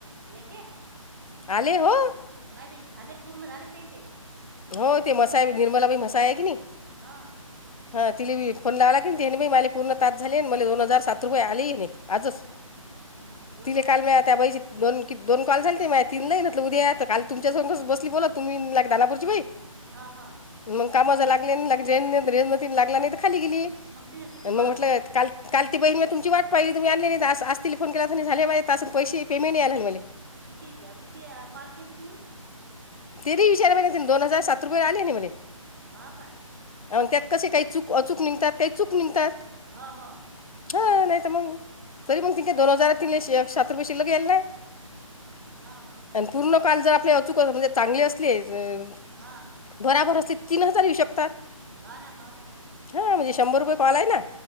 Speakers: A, on the right; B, on the left.
A: याचे?
B: आले हो.
A: नाही बाई झाले पूर्ण झाले त्याचे
B: हो ते मसाय निर्मलाबाई मसाय आहे की नाही
A: हां.
B: हां तिला फोन लावला तिने बी मले पूर्ण टास्क झाले मला दोन हजार सात रुपये आले ही नाही. आजच
A: माय मग दोन
B: तिले
A: हजार
B: काल
A: किती
B: म त्या बाईची दोन की दोन कॉल झालते माते तीन नाही म्हंटली उद्या तर काल तुमच्यासोबत बसली बोलत तुम्ही <unintelligible>
A: हां हां.
B: मग कामाचा लागले नाही रेनती रेवती लागला नाही तर खाली गेली
A: मग तिनं किती
B: मग
A: कॉल
B: म्हटलं
A: केले ते
B: काल काल ती बहीण मग तुमची वाट पाहिली तुम्ही आणलेली नाही असतील फोन केला तर नाही झाले माजे असं पैसे पेंमेट यालाले मले
A: किती किती कॉल केली तिनं?
B: तेरी विचारा म्हणे दोन हजार सात रुपये आले ना मले.
A: हां काय.
B: आणि त्यात कसे काही चूक, अचूक निघतात काही चूक निघतात.
A: हां हां.
B: हा नाही तर मंग तरी पण ते दोन हजार तिने एकशे शहात्तर रुपये शिल्लक येईल ना
A: हो हो
B: आणि पूर्ण कॉल जर आपले अचूक जर चांगली असलीय- ज
A: हां.
B: बराबर असले तीन हजार हिशोब
A: हो ना हो ना.
B: हां म्हणजे शंभर रुपये कॉल आहे ना.